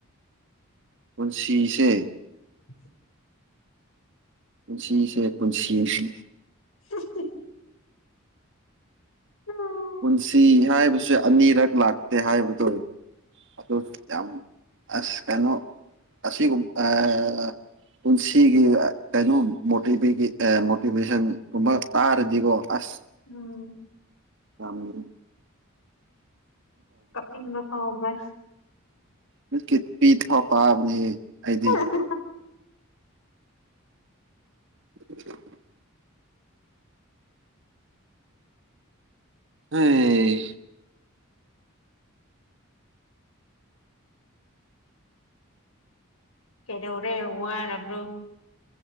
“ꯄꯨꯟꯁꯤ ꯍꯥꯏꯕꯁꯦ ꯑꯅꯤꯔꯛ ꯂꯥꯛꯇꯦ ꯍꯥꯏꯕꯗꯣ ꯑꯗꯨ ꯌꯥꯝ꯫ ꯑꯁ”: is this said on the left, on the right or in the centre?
Right